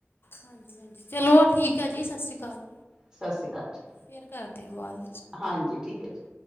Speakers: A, on the left; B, on the right.
A: ਹਾਂਜੀ ਚਲੋ ਠੀਕ ਹੈ ਜੀ, ਸਸੀ ਕਾਲ
B: ਸਤਿ ਸ੍ਰੀ ਅਕਾਲ ਜੀ
A: ਫੇਰ ਕਰਦੇ ਆ ਵਾਲ
B: ਹਾਂਜੀ, ਠੀਕ ਐ ਜੀ।